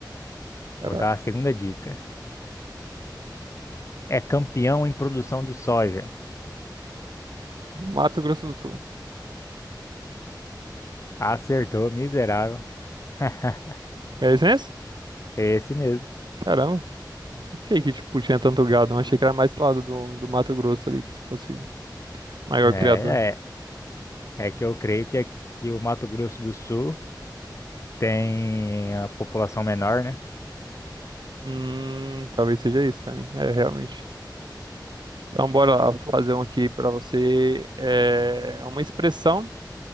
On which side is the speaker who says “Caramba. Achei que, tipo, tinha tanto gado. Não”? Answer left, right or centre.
Right